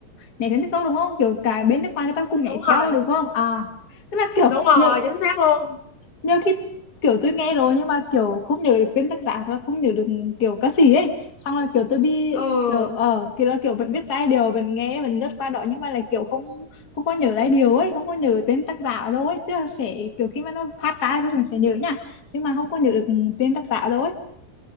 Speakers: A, on the left; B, on the left.
A: nhảy đến TikTok đúng không? Kiểu cả bên nước ngoài người ta cũng
B: Đúng
A: nhảy theo
B: rồi,
A: đó đúng không? À tức là kiểu
B: đúng rồi,
A: nhớ
B: chính xác luôn.
A: nhớ khi kiểu tôi nghe rồi nhưng mà kiểu không nhớ được tên tác giả hoặc là không nhớ được kiểu ca sĩ ấy. Xong là kiểu tôi bị
B: Ừ.
A: kiểu ờ kiểu là kiểu vẫn biết giai điệu vẫn nghe vẫn lướt qua đó nhưng mà là kiểu không không có nhớ giai điệu ấy không có nhớ tên tác giả đâu ấy tức là sẽ kiểu khi mà nó phát ra thì tôi sẽ nhớ nha nhưng mà không có nhớ được tên tác giả đâu ấy